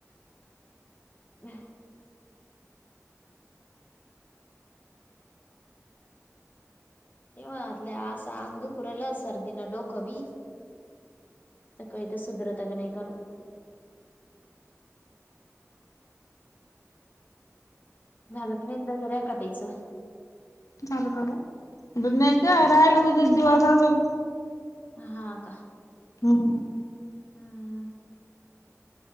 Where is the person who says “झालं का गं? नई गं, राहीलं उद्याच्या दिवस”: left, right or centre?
Left